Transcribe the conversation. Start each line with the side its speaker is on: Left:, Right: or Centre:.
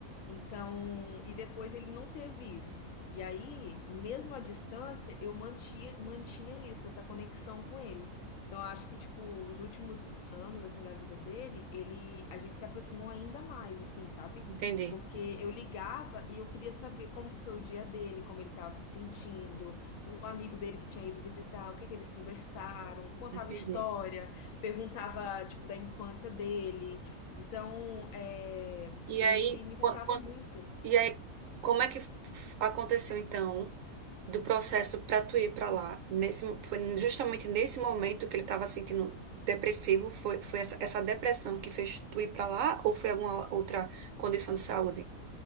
Left: Então, e depois ele não teve isso. E aí, mesmo à distância, eu mantinha, mantinha isso, essa conexão com ele. Então, eu acho que, tipo, os últimos anos, assim, da vida dele, ele, a gente se aproximou ainda mais, assim, sabe?
Right: Entendi,
Left: Porque eu ligava e eu queria saber como que foi o dia dele, como ele estava se sentindo, o amigo dele que tinha ido visitar, o que que eles conversaram, contava
Right: entendi.
Left: história, perguntava, tipo, da infância dele. Então, é,
Right: E
Left: ele
Right: aí,
Left: me contava
Right: qu- quando,
Left: muito.
Right: E aí, como é que f- aconteceu então do processo para tu ir para lá? Nesse, foi justamente nesse momento que ele estava sentindo depressivo, foi, foi essa, essa depressão que fez tu ir para lá ou foi alguma outra condição de saúde?